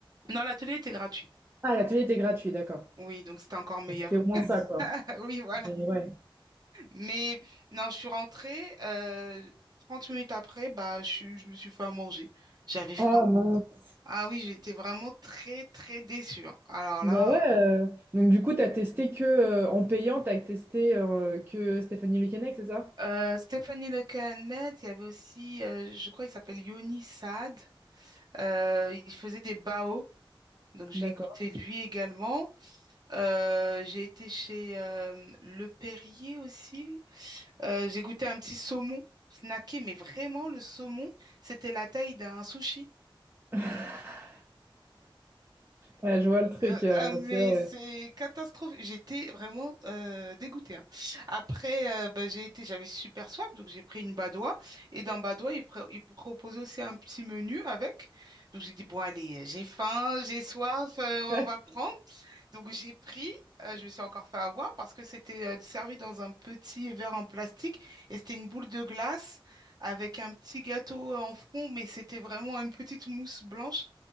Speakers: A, on the right (about 50°); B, on the right (about 25°).
A: Non, l'atelier était gratuit.
B: Ah, l'atelier était gratuit, d'accord.
A: Oui, donc c'était encore meilleur.
B: Bon, c'était au moins
A: <laughs>
B: ça, quoi.
A: Oui, voilà.
B: Mais ouais.
A: Mais non, je suis rentrée, euh, 30 minutes après, bah, je, suis- je me suis fait à manger. J'avais faim.
B: Ah mince.
A: Ah oui, j'étais vraiment très, très déçue. hein. Alors
B: Bah
A: là,
B: ouais, euh, donc du coup, t'as testé que euh, en payant, t'as testé euh, que Stéphanie Lukenec, c'est ça?
A: euh, Stéphanie Lecannet, il y avait aussi, euh, je crois, il s'appelle Yoni Saad. Euh, il faisait des bao, donc j'ai
B: D'accord.
A: goûté lui également. Euh, j'ai été chez euh, Le Perrier aussi. Euh, j'ai goûté un petit saumon snacké, mais vraiment, le saumon, c'était la taille d'un sushi.
B: <laughs> Ouais, je vois le truc,
A: Euh,
B: euh,
A: ah, mais
B: c'est vrai.
A: c'est catastrophique. J'étais vraiment euh, dégoûtée. hein. Après, euh, bah, j'ai été, j'avais super soif, donc j'ai pris une badoie. Et dans badoie, ils, pro- ils proposaient aussi un petit menu avec. Donc j'ai dit, bon, allez, j'ai faim, j'ai soif, euh,
B: <laughs>
A: on va le prendre. Donc j'ai pris, euh, je me suis encore fait avoir parce que c'était euh, servi dans un petit verre en plastique et c'était une boule de glace avec un petit gâteau euh, en fond, mais c'était vraiment une petite mousse blanche.